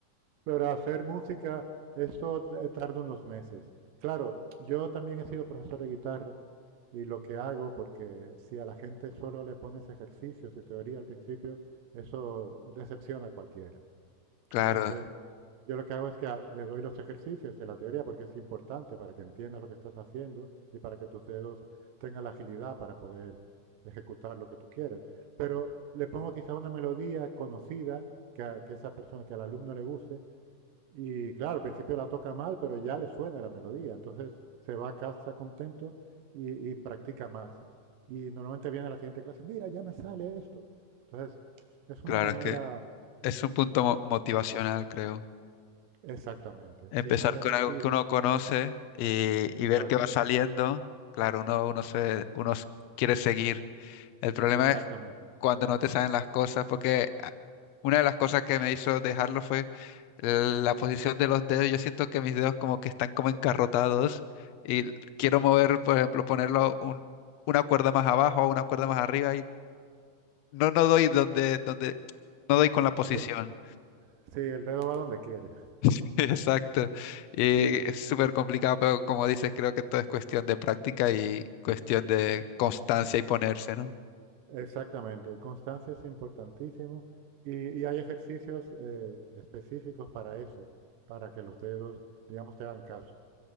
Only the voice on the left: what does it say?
claro,
claro,
es que es un punto mo- motivacional, creo.
empezar
con
algo que uno conoce y,
y ver qué va saliendo. Claro, uno, uno, se, uno s- quiere seguir. El problema
es cuando no te salen las cosas, porque ah, una de las cosas que me hizo dejarlo fue la posición de los dedos. Yo siento que mis dedos como que están como engarrotados y quiero mover, por ejemplo, ponerlo un- una cuerda más abajo o una cuerda más arriba y no, no doy donde, donde, no doy con la posición.
<laughs> Exacto. Y
es súper complicado, pero como dices, creo que todo es cuestión de práctica y cuestión de constancia y ponerse, ¿no?